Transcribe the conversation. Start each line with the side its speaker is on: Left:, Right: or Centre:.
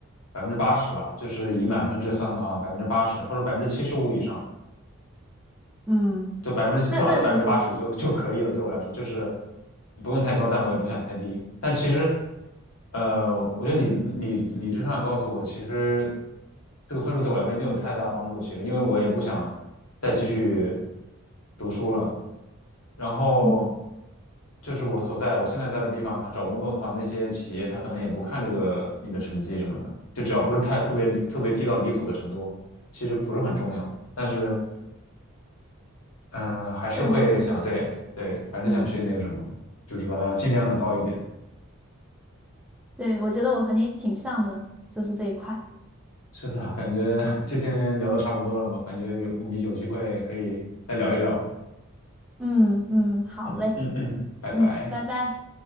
Left: 百分之八十吧，就是以满分制算的话，百分之八十或者百分之七十五以上，
Centre: 嗯，
Left: 就百分之最好是百分之八十就就可以了，
Centre: 那那其实也，
Left: 对我来说就是不用太高，但我也不想太低。但其实，呃，我觉得理理理智上告诉我，其实这个分数对我来说也没有太大帮助。其实，因为我也不想再继续读书了。然后
Centre: 嗯，
Left: 就是我所在我现在在的地方，他找工作的话，那些企业他可能也不看这个你的成绩什么的，就只要不是太特别特别低到离谱的程度，其实不是很重要。但是呃，还是会想，
Centre: 但是就是死
Left: 对对，还是想去那个什么，
Centre: 嗯，
Left: 就是把它尽量的高一点。
Centre: 对，我觉得我和你挺像的，就是这一块。
Left: 是的，感觉 <laughs> 今天聊的差不多了嘛，感觉有有机会可以再聊一聊。
Centre: 嗯嗯，好嘞，
Left: 嗯嗯嗯，拜拜。
Centre: 嗯，拜拜。